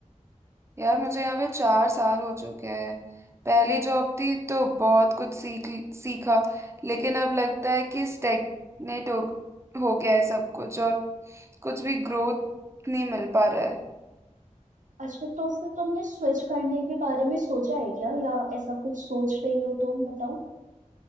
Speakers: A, on the right (about 20°); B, on the right (about 80°).
A: यार मुझे यहाँ पे चार साल हो चुके हैं पहली जॉब थी तो बहुत कुछ सीख सीखा लेकिन अब लगता है कि स्टेग्नेट हो, हो गया है सब कुछ और कुछ भी ग्रोथ नहीं मिल पा रहा है
B: अच्छा तो फिर तुमने स्विच करने के बारे में सोचा है क्या या ऐसा कुछ सोच रही हो तो बताओ